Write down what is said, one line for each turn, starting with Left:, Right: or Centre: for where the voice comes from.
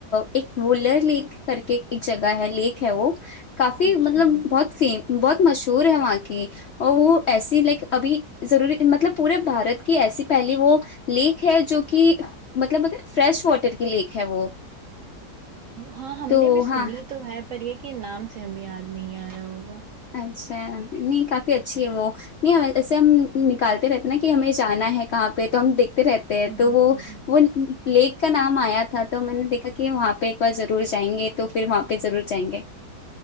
Left: ایک ولر لیک کر کے ایک جگہ ہے لیک ہے وہ کافی
Right: اچھا
Left: مطلب بہت فیم بہت مشہور ہے وہاں کی اور وہ ایسی لائک ابھی ضروری مطلب پورے بھارت کی ایسی پہلی وہ لیک ہے جو کہ مطلب ا فریش واٹر کی لیک ہے وہ
Right: ہاں ہم
Left: تو
Right: نے بھی سنی
Left: ہاں
Right: تو ہے پر یہ کہ نام سے ہمیں یاد نہیں آ رہا ہوگا
Left: اچھا نہیں کافی اچھی ہے وہ نہیں ایسے ہم نکالتے رہتے ہیں نا کہ ہمیں جانا ہے کہاں پہ تو ہم دیکھتے رہتے تو
Right: جی
Left: وہ
Right: جی
Left: وہ لیک کا نام آیا تھا تو میں نے دیکھا کہ وہاں پہ ایک بار ضرور جائیں گے تو پھر وہاں پہ ضرور جائیں گے